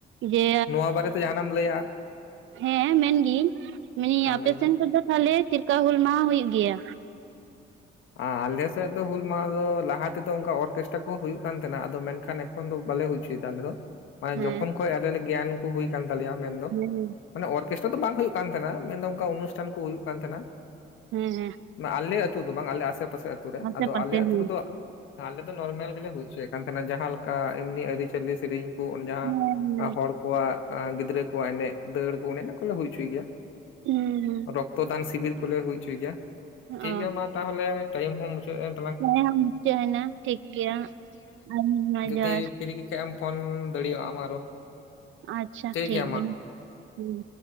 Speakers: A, on the right; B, on the left.
A: ᱡᱮ
B: ᱱᱚᱣᱟ ᱵᱟᱨᱮᱛᱮ ᱡᱟᱦᱟᱸᱱᱟᱜ ᱮᱢ ᱞᱟᱹᱭᱟᱢ ᱟᱨ?
A: ᱦᱮᱸ ᱢᱮᱱᱜᱤ ᱢᱮᱱᱮᱡ ᱟᱹᱧ
B: ᱟᱨ
A: ᱟᱯᱮᱥᱮᱱ
B: ᱞᱟᱹᱭ ᱢᱮ?
A: ᱠᱚᱫᱚ ᱛᱟᱦᱚᱞᱮ ᱪᱤᱫᱞᱮᱠᱟ ᱦᱩᱞ ᱢᱟᱦᱟ ᱦᱩᱭᱩᱜ ᱜᱮᱭᱟ?
B: ᱟ ᱟᱞᱮ ᱥᱮᱫ ᱫᱚ ᱦᱩᱞ ᱢᱟᱦᱟ ᱫᱚ ᱞᱟᱦᱟ ᱛᱮᱫᱚ ᱚᱱᱠᱟ ᱚᱨᱠᱮᱥᱴᱨᱟ ᱠᱚᱦᱚᱸ ᱦᱩᱭᱩᱜ ᱠᱟᱱ ᱛᱟᱦᱮᱸᱱᱟ ᱟᱫᱚ ᱢᱮᱱᱠᱷᱟᱱ ᱩᱱᱠᱷᱚᱱ ᱫᱚ ᱵᱟᱞᱮ ᱦᱩᱭ ᱚᱪᱚᱟᱭ ᱫᱟ ᱟᱞᱮ ᱫᱚ ᱢᱟᱱᱮ
A: ᱦᱮᱸ
B: ᱡᱚᱠᱷᱚᱱ ᱠᱷᱚᱱ ᱟᱞᱮ ᱞᱮ ᱜᱮᱭᱟᱱ ᱠᱚ ᱦᱩᱭ ᱠᱟᱱᱟᱱ ᱛᱟᱞᱮᱭᱟ ᱢᱮᱱᱫᱚ,
A: ᱦᱮᱸ
B: ᱢᱟᱱᱮ ᱚᱨᱠᱮᱥᱴᱨᱟ ᱫᱚ ᱵᱟᱝ ᱦᱩᱭᱩᱜ ᱠᱟᱱ ᱛᱟᱦᱮᱱᱟ ᱢᱮᱱᱫᱚ ᱚᱱᱠᱟ ᱚᱱᱩᱥᱴᱷᱟᱱ ᱠᱚ ᱦᱩᱭᱩᱜ ᱠᱟᱱ ᱛᱟᱦᱮᱱᱟ,
A: ᱦᱮᱸ ᱦᱮᱸ
B: ᱢᱟᱱᱮ ᱟᱞᱮ ᱟᱹᱛᱩ ᱫᱚ ᱵᱟᱝ ᱟᱞᱮ ᱟᱥᱮ ᱯᱟᱥᱮ ᱟᱹᱛᱩ ᱨᱮ,
A: ᱟᱥᱮ
B: ᱟᱫᱚ
A: ᱯᱟᱥᱮ
B: ᱟᱞᱮ
A: ᱦᱮᱸ
B: ᱟᱹᱛᱩ ᱨᱮᱫᱚ ᱟᱞᱮ ᱫᱚ ᱱᱚᱨᱢᱮᱞ ᱜᱮᱞᱮ ᱦᱩᱭ ᱚᱪᱚᱭᱮ ᱠᱟᱱ ᱛᱷᱟᱞᱟ, ᱡᱟᱦᱟᱸᱞᱮᱠᱟ ᱮᱢᱱᱤ ᱟᱹᱨᱤᱪᱟ. ᱞᱤ ᱥᱮᱨᱤᱧ ᱠᱚ ᱡᱟᱦᱟᱸ
A: ᱦᱮᱸ
B: ᱦᱚᱲ ᱠᱚᱣᱟᱜ, ᱜᱤᱫᱽᱨᱟᱹ ᱠᱚᱣᱟᱜ ᱮᱱᱮᱡ, ᱫᱟᱹᱲ ᱠᱚ ᱚᱱᱮ ᱚᱱᱟ ᱠᱚᱞᱮ ᱦᱩᱭ ᱦᱚᱪᱚᱭ ᱜᱮᱭᱟ᱾
A: ᱦᱩᱸ-ᱦᱩᱸ
B: ᱨᱚᱠᱛᱚᱫᱟᱱ ᱥᱤᱵᱤᱨ ᱠᱚᱞᱮ ᱦᱩᱭ ᱦᱚᱪᱚᱭ ᱜᱮᱭᱟ ᱴᱷᱤᱠ
A: ᱚ
B: ᱜᱮᱭᱟ ᱢᱟ ᱛᱟᱦᱚᱞᱮ ᱴᱟᱭᱤᱢ ᱦᱚᱸ ᱢᱩᱪᱟᱹᱫ ᱮᱱ᱾
A: ᱦᱮᱸ ᱢᱩᱪᱟᱹᱫ ᱮᱱᱟ ᱴᱷᱤᱠ ᱜᱮᱭᱟ ᱟᱨ ᱢᱤᱫ ᱡᱚᱦᱟᱨ
B: <inaudible> ᱠᱤᱨᱤᱠ ᱠᱟᱜ ᱮᱢ ᱯᱷᱳᱱ ᱫᱟᱲᱮᱭᱟᱜᱼᱟᱢ ᱟᱨᱚ᱾
A: ᱟᱪᱪᱷᱟ ᱴᱷᱤᱠ
B: ᱜᱮᱭᱟ
A: ᱜᱤ
B: ᱢᱟ
A: ᱦᱩᱸ,